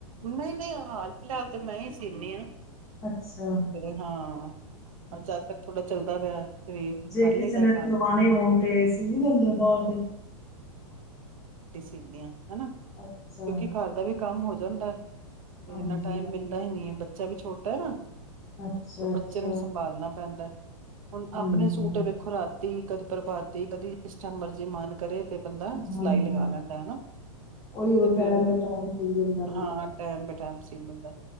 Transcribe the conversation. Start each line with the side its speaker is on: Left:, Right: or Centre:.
Right: ਨਹੀਂ ਨਹੀਂ ਹਾਲ ਫਿਲਹਾਲ ਤੇ ਮੈਂ ਹੀ ਸੀਦੀ ਹਾਂ
Left: ਅੱਛਾ
Right: ਹਾਂ
Left: ਅੱਛਾ
Right: ਜ ਤੱਕ ਥੋੜਾ ਚੱਲਦਾ ਦਾ ਪਿਆ ਸਰੀਰ
Left: ਜੇ
Right: ਕਰ ਲਈਦਾ
Left: ਕਿਸੇ ਨੇ ਸਵਾਣੇ
Right: ਕੰਮ
Left: ਹੋਣ ਤੇਸੀ ਵੀ ਦਿੰਦੇ ਹੋ ਬਾਹਰ ਦੇ
Right: ਚਨੀਆਂ ਹਨਾ
Left: ਅੱਛਾ
Right: ਕਿਉਂਕਿ ਘਰ ਦਾ ਵੀ ਕੰਮ ਹੋ ਜਾ <unintelligible> ਤੇ
Left: ਹਾਂਜੀ
Right: ਇੰਨਾ ਟਾਈਮ
Left: ਹਾਂਜੀ
Right: ਮਿਲਦਾ ਹੀ ਨਹੀਂੀ ਹੈ ਬੱਚਾ ਬੱਚਾ ਵੀ ਛੋਟਾ ਹੈ ਨਾ
Left: ਅੱਛਾ
Right: ਤੇ
Left: ਅੱਛਾ
Right: ਬੱਚੇ ਨੂੰ ਸੰਭਾਲਣਾ ਪੈਂਦਾ ਹੁਣ
Left: ਹਾਂਜੀ
Right: ਆਪਣੇ ਸੂਟ ਵੇਖੋ ਰਾ ਕਦੀ ਪ੍ਰਭਾਤੀ ਕਦੀ ਜਿਸ ਟਮ ਮਰਜ਼ੀ ਮਾਣ ਕਰੇ ਤੇ ਬੰਦਾ ਸਿਲਾਈ
Left: ਹਾਂਜੀ
Right: ਲਗਾ ਲੈਂਦਾ ਹਨਾ
Left: ਉਹੀਓ
Right: ਤੇ ਫਿਰ
Left: ਟਾਈਮ ਦਾ ਟਾਈਮ ਸੀ ਲੈਂਦਾ ਬੰਦਾ
Right: ਹਾਂ ਟਾਈਮ ਪ ਟਾਈਮ ਸੀ ਬੰਦਾ